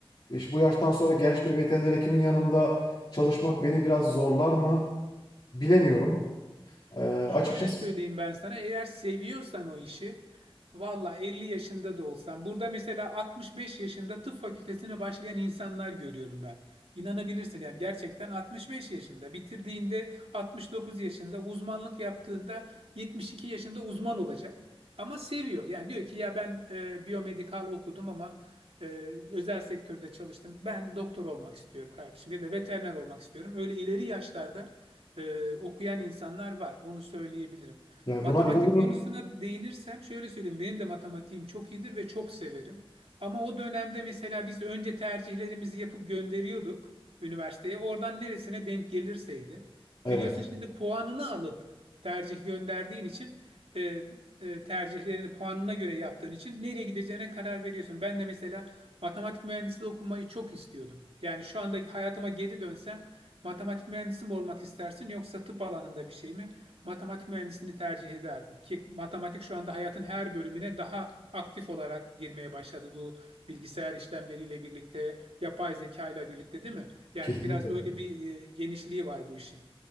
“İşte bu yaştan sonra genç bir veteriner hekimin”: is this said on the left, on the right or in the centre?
Left